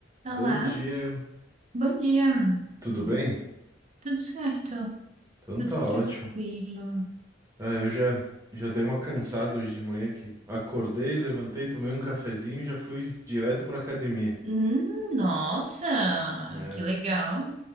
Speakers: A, on the right; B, on the right.
A: Olá,
B: Bom dia,
A: bom dia.
B: tudo bem?
A: Tudo certo?
B: Então
A: Tudo
B: tá
A: tranquilo.
B: ótimo. Ah, eu já já dei uma cansada hoje de manhã aqui. Acordei, levantei, tomei um cafezinho e já fui direto pra academia.
A: Hum, Nossa,
B: É.
A: que legal!